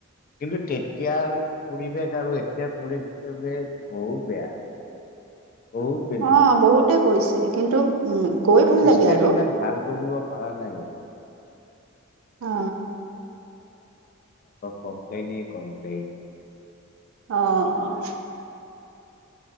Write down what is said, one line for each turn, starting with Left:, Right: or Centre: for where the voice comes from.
Left: কিন্তু তেতিয়াৰ পৰিৱেশ আৰু এতিয়াৰ পৰিৱেশ বহুত বেয়া। বহুত বেলেগ
Right: অঁ 'বহুতে কৈছে কিন্তু। উম গৈ ভাল
Left: চিষ্টেম
Right: লাগে আৰু
Left: বিলাক ভাল কৰিব পৰা নাই সিহঁতে।
Right: অ
Left: কমপ্লেইন এ কমপ্লেইন।
Right: অ অহ।